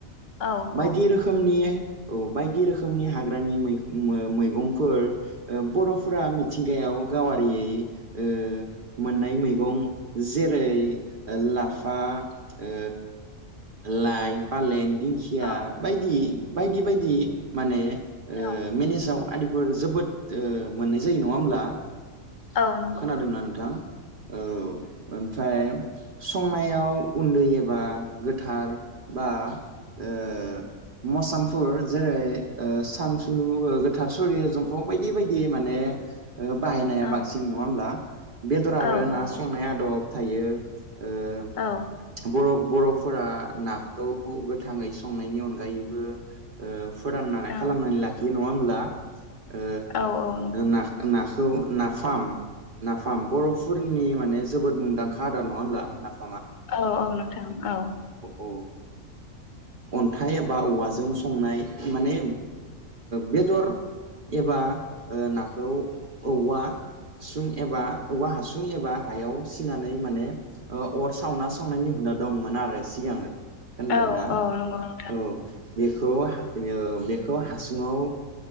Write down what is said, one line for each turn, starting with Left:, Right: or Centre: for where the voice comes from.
Left: औ नंगौ
Right: बायदि रोखोमनि <unintelligible> औ बायदि रोखोमनि औ मै-मैगंफोर ओ बर'फोरा मिथिंगायाव गावारियै ओ मोननाय मैगंफोर जेरै लाफा ओ लाय पालें दि खिया
Left: औ
Right: बायदि बायदि बायदि माने ओ
Left: औ
Right: मेनेजाव आदिफोर जोबोद ओ मोननाय जायो नङा होमब्ला
Left: औ नंगौ
Right: खोनादोंना नोंथां औ ओमफ्राय संनायाव उन्दै एबा गोथार बा ओ मसामफोर जेरै ओ सानसुलु गोथार सरियो जम्फब बायदि बायदि माने ओ बाहायनाया
Left: औ
Right: बांसिन नङा होमब्ला बेदर आरो
Left: औ औ
Right: ना
Left: नंगौ
Right: संनाय आदब थायो ओ
Left: औ
Right: बर' बर'फोरा नाखौ गु गोथाङै संनायनि अनगायैबो ओ फोरदाननानै
Left: औ
Right: खालामनानै लाखि बिदि नङाहोमब्ला ओ
Left: औ औ नंगौ
Right: ना-नाखो खौ नाफाम नाफाम बर'फोरनि माने जोबोद मुंदांखा आदार नङा होमब्ला नाफाम
Left: औ औ औ
Right: औ ओ अन्थाइ एबा औवाजों संनाय माने बेदर एबा नाखौ औवा सुं एबा औवा हासुं एबा हायाव सिनानै माने अर सावना संनायनि हुदा दंमोन आरो आरो सिगाङो खोनादोंना
Left: औ औ नंगौ नोंथां
Right: औ बेखौ बेदिनो बेखौ हासुङाव